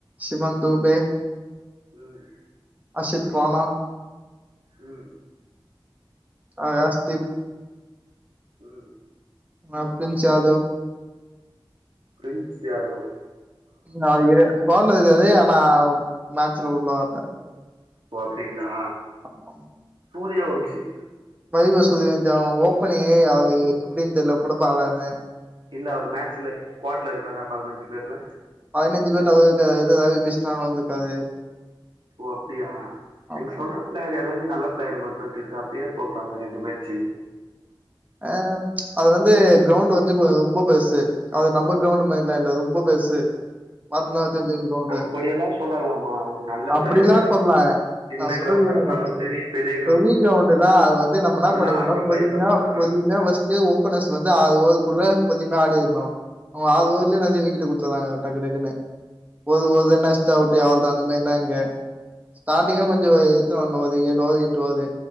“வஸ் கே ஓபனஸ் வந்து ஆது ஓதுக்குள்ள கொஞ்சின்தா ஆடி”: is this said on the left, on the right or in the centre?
Right